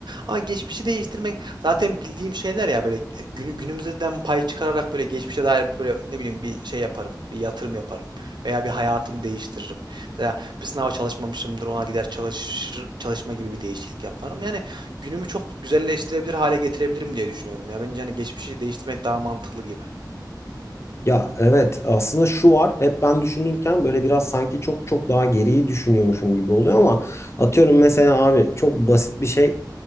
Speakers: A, on the right (about 75°); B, on the left (about 35°).
A: Ama geçmişi değiştirmek zaten bildiğim şeyler ya böyle e, günü, günümüzden pay çıkararak böyle geçmişe dair böyle ne bileyim bir şey yaparım. Bir yatırım yaparım. Veya bir hayatımı değiştiririm. Mesela bir sınava çalışmamışımdır ona gider çalışır, çalışma gibi bir değişiklik yaparım. Yani günümü çok güzelleştirebilir hale getirebilirim diye düşünüyorum ya. Bence hani geçmişi değiştirmek daha mantıklı gibi.
B: Ya evet aslında şu var hep ben düşünürken böyle biraz sanki çok çok daha geriyi düşünüyormuşum gibi oluyor ama atıyorum mesela abi çok basit bir şey